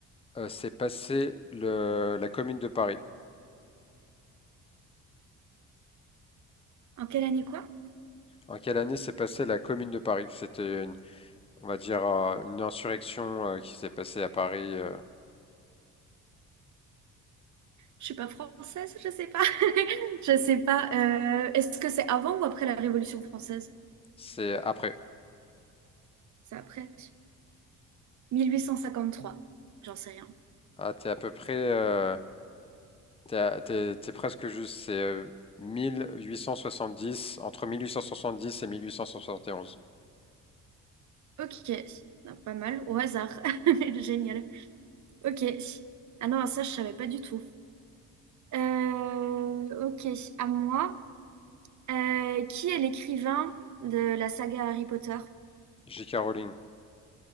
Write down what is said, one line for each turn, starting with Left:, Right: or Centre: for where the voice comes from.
Left: euh, s'est passée le- la Commune de Paris?
Right: En quelle année quoi?
Left: En quelle année s'est passée la Commune de Paris? C'était, une- on va dire, euh, une insurrection euh, qui s'est passée à Paris. euh,
Right: Je suis pas française, je sais pas. <laughs> Je sais pas. Euh, est-ce que c'est avant ou après la Révolution française?
Left: c'est après.
Right: C'est après. 1853. J'en sais rien.
Left: Ah, t'es à peu près... euh, T'as- T'es t'es presque juste, c'est euh, dix entre 1870 et 1871.
Right: Ok, Ah, pas mal. Au hasard. <laughs> Génial. Ok. Ah non, ça, je savais pas du tout. Euh, ok, à moi. Euh, qui est l'écrivain de la saga Harry Potter?
Left: J.K. Rowling.